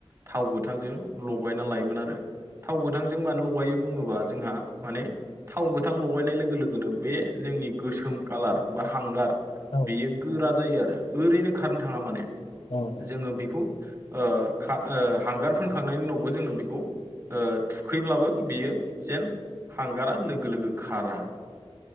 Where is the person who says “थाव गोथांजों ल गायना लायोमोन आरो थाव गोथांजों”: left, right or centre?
Right